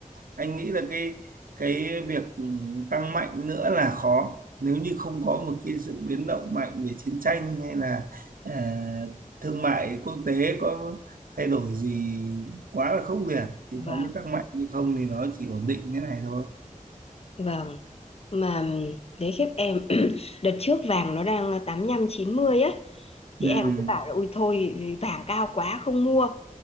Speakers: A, on the right; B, on the left.
A: anh nghĩ là cái cái việc ừ, tăng mạnh nữa là khó nếu như không có một cái sự biến động mạnh về chiến tranh hay là à, thương mại quốc tế có thay đổi gì quá là khốc liệt thì
B: Vâng,
A: nó mới tăng mạnh nhưng không thì nó chỉ ổn định thế này thôi
B: vâng. Mà đấy khiếp em <clears throat> đợt trước vàng nó đang tám lăm chín mươi á
A: ừ
B: thì em cứ bảo là ui thôi vàng cao quá không mua.